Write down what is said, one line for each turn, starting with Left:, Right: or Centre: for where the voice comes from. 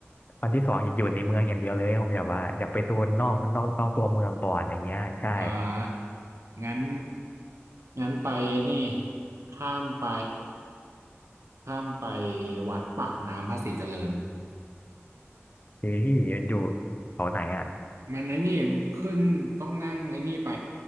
Left: วันที่สองอยากอยู่ในเมืองอย่างเดียวเลยผมอยากว่าอยากไปโซนนอกนอกนอกตัวเมืองก่อนอย่างเงี้ยใช่
Right: อ่างั้น งั้นไปไอ้นี่ข้ามไป ข้ามไปวัดปากน้ำภาษีเจริญ
Left: พี่พี่มันอยู่แถวไหนอ่ะ
Right: มันไอ้นี่ขึ้นต้องนั่งไอ้นี่ไป